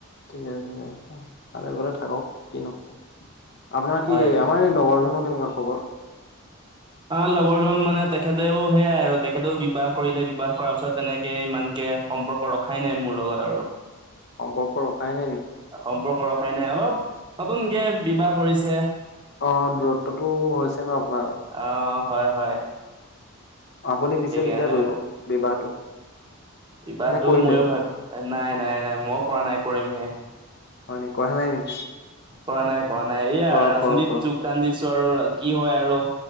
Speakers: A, on the left; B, on the right.
A: ঠিক আছে ঠিকে আছে অ ভালে কোখলে থাক কি নো। আপোনাৰ
B: হয়
A: কি আমাৰ এই লগৰজনৰ কেনেকুৱা খবৰ।
B: অ লগৰজন মানে তেখেতেও সেয়াই আৰু তেখেতেও বিবাহ কৰিলে বিবাহ কৰাৰ পিছত তেনেকে ইমানকে সম্পৰ্ক। ৰখাই নাই মোৰ লগত আৰু
A: সম্পৰ্ক ৰখাই নাই নেকি।
B: সম্পৰ্ক ৰখাই নাই অলপ নতুনকে বিবাহ কৰিছে।
A: অ দূৰত্বটো হৈছে ন আপোনাৰ।
B: অ হয় হয়।
A: আপুনি পিছে
B: সেইকাৰণে
A: কেতিয়া কৰিব বিবাহটো।
B: বিবাহ
A: নে
B: টো
A: কৰিলে
B: মইয়ো ভাবিম নাই নাই নাই মই কৰা নাই কৰিম হে।
A: হয় নি কৰা নাই নি।
B: কৰা নাই কৰা নাই এইয়া
A: কৰক
B: ৰাজনীতিৰ
A: কৰক কৰক
B: যুগ, দান দিছো আৰু কি হয় আৰু